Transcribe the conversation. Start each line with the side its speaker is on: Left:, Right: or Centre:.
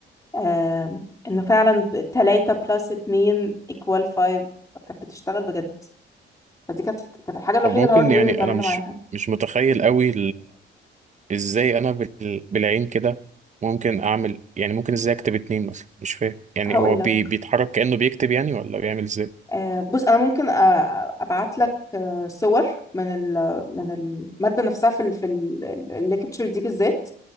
Left: آه انه فعلا 3 بلس 2 ايكوال 5 كانت بتشتغل بجد فدي كانت كانت الحاجه الوحيده
Right: طب ممكن
Left: الهاردوير
Right: يعني
Left: اللي اتعاملنا
Right: انا مش
Left: معاها
Right: مش متخيل قوي ازاي انا بال... بالعين كده ممكن اعمل يعني ممكن ازاي اكتب اتنين مثلا مش فاهم يعني
Left: هقول
Right: هو بي...
Left: لك
Right: بيتحرك كأنه بيكتب يعني ولا بيعمل ازاي
Left: آه بص انا ممكن ابعت لك صور من ال- من الماده نفسها في ال- في الليكتشر دي بالذات